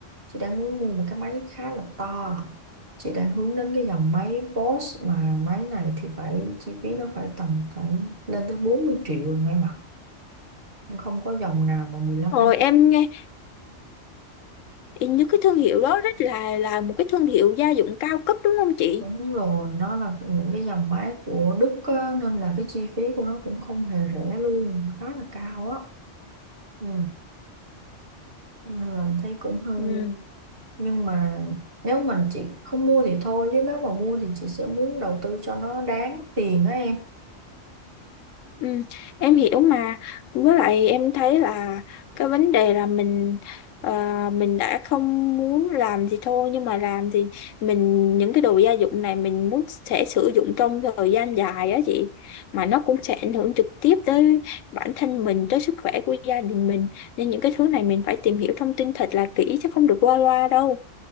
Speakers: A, on the right; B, on the left.
A: chị đang muốn mua một cái máy khá là to chị đang hướng đến cái dòng máy Boss mà máy này thì phải chi phí nó phải tầm phải lên tới 40 triệu rồi em ạ không có dòng nào mà 15
B: Rồi em nghe như cái thương hiệu đó rất là là một cái thương hiệu gia dụng cao cấp đúng không chị?
A: Đúng rồi, nó là những cái dòng máy của Đức á, nên là cái chi phí của nó cũng không hề rẻ luôn, khá là cao á. Ừ. Nên là thấy cũng hơi
B: Ừ.
A: nhưng mà nếu mà chị không mua thì thôi chứ nếu mà mua thì chị sẽ muốn đầu tư cho nó đáng tiền á em.
B: Ừ, em hiểu mà với lại em thấy là cái vấn đề là mình ờ, mình đã không muốn làm gì thôi nhưng mà làm thì mình những cái đồ gia dụng này mình muốn sẽ sử dụng trong thời gian dài á chị mà nó cũng sẽ ảnh hưởng trực tiếp tới bản thân mình tới sức khỏe của gia đình mình nên những cái thứ này mình phải tìm hiểu thông tin thật là kỹ chứ không được qua loa đâu